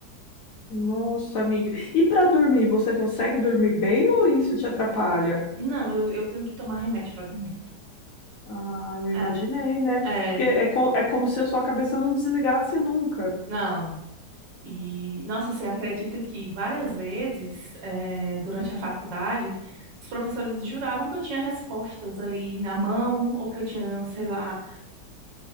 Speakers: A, on the left (about 60°); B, on the right (about 80°).
A: Nossa, amiga. E pra dormir, você consegue dormir bem ou isso te atrapalha?
B: Não, eu, eu tenho que tomar remédio para dormir.
A: Ah, eu
B: É,
A: imaginei, né?
B: é,
A: Porque é, co é como se a sua cabeça não desligasse nunca.
B: não. E, nossa, você acredita que várias vezes, eh, durante a faculdade, os professores juravam que eu tinha respostas ali na mão, ou que eu tinha, sei lá,